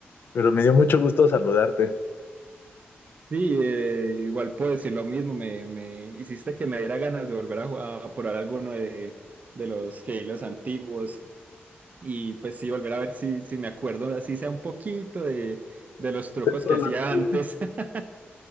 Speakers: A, on the left; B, on the right.
A: Pero me dio mucho gusto saludarte.
B: Sí, eh, igual puedo decir lo mismo, me, me hiciste que me diera ganas de volver a, jugar, a probar alguno de, de los Halos antiguos y pues sí, volver a ver si, si me acuerdo, así sea un poquito de, de los trucos
A: Todo
B: que
A: lo
B: hacía
A: que-
B: antes. <laughs>